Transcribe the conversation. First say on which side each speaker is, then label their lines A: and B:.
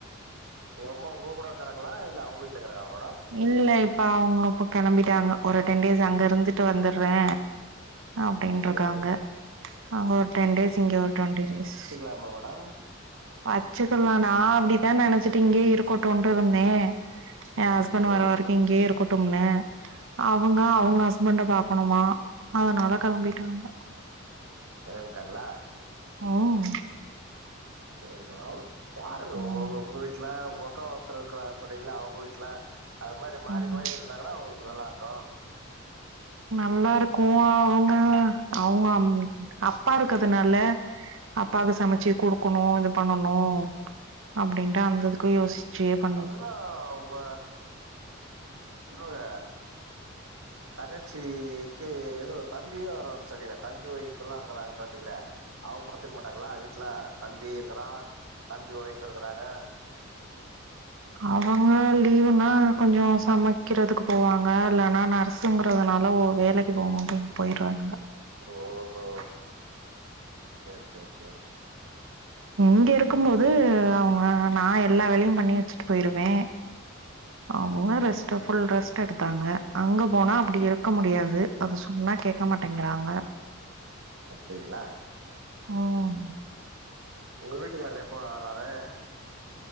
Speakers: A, on the right (about 85°); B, on the right (about 65°).
A: உங்க அம்மா உங்க கூட இருக்கறாங்களா இல்ல அவுங்க வீட்ல இருக்காங்களா மேடம்
B: இல்ல இப்ப அவுங்க இப்ப கிளம்பிட்டாங்க ஒரு டென் டேஸ் அங்க இருந்துட்டு வந்துறே அப்படின்ட்ருக்காங்க
A: ஓஹோ
B: அங்க ஒரு டென் டேஸ் இங்க ஒரு டுவொண்ட்டி டேஸ்
A: எல்லாருமா மேடம்
B: வச்சுக்கலா நா அப்டிதா நினைச்சட்டு இங்கே இருக்கட்டுனு இருந்தே ஏ ஹஸ்பண்ட்
A: சரி
B: வர வரைக்கு
A: மேடம்
B: இங்கயே இருக்கட்டும்னு அவுங்க அவுங்க ஹஸ்பண்ட பாக்கணுமா அதுனால கிளம்பிட்டாங்க
A: இட விட்டாங்கள
B: ம்
A: சேரி வா வாடக
B: ம்
A: உங்க வீட் ல உக்க ஒருத்தர் இருக்கிற சொன்னீங்களா அவங்க வீட்டுல அது மாரி மாரி
B: ம்
A: மாரி இரு இருந்தாங்கன்னா அவளுக்கு நல்லா இருக்கு
B: நல்லா இருக்கோ அவங்க அவங்க அப்பா இருக்கதுனால அப்பாக்கு சமைச்சு கொடுக்கணு இது பண்ணணு அப்டின்ட்டு அந்தது கே யோசிச்சு பண்
A: அதுதா உங்க இவங்க
B: <inaudible>
A: தகச்சிக்கு ஏதோ தம்பியே வர வர சரியில்லா தம்பி ஒய்ஃ எல்லா இருக்கறாங் சொன்னீளா அவங்க மத்துக்க மாட்டாங்களா வீட்டுல தம்பி இருக்கிறா தம்பி ஒய்ஃப் இருக்கறாங்க
B: அவங்க லீவுனா கொஞ்சோ சமைக்கிறதுக்கு போவாங்க இல்லன்னா நர்ஸ்ங்கிறதுனால ஓ வேலைக்கு இப்போ அவுங்களு போயிடுவாங்க
A: ஓஹோ சேரி சேரி சேரி சேரி
B: இங்க இருக்கு போது அவங்க நா எல்லா வேலையு பண்ணி வச்சுட்டு போயிருவே அவங்க ரெஸ்ட்ட் புல் ரெஸ்ட் எடுத்தாங்க அங்க போனா அப்டி இருக்க முடியாது அவங்க சொன்னா கேக்க மாட்டேங்கிறாங்க
A: அப்டிகளா
B: ம்
A: உங்க வீட்டுக்காரு எப்ப வர்றாரு